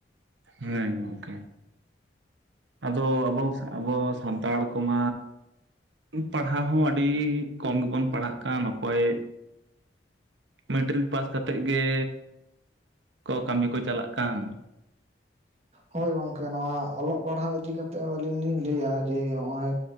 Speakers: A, on the right; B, on the right.
A: ᱦᱮᱸ ᱜᱚᱢᱠᱮ ᱟᱫᱚ ᱟᱵᱚ ᱟᱵᱚ ᱥᱟᱱᱛᱟᱲ ᱠᱚᱢᱟ ᱯᱟᱲᱦᱟᱣ ᱦᱚᱸ ᱟᱹᱰᱤ ᱠᱚᱢ ᱜᱮᱵᱚᱱ ᱯᱟᱲᱦᱟᱜ ᱠᱟᱱ ᱚᱠᱚᱭ ᱢᱮᱴᱨᱤᱠ ᱯᱟᱥ ᱠᱟᱛᱮᱫ ᱜᱮ ᱠᱚ ᱠᱟᱹᱢᱤ ᱠᱚ ᱪᱟᱞᱟᱜ ᱠᱟᱱ
B: ᱦᱳᱭ ᱜᱚᱢᱠᱮ ᱱᱚᱣᱟ ᱚᱞᱚᱜ ᱯᱟᱲᱦᱟᱣ ᱤᱫᱤ ᱠᱟᱛᱮᱜ ᱦᱚᱸ ᱟᱹᱞᱤᱧ ᱞᱤᱧ ᱞᱟᱹᱭᱟ ᱡᱮ ᱱᱚᱜᱼᱚᱭ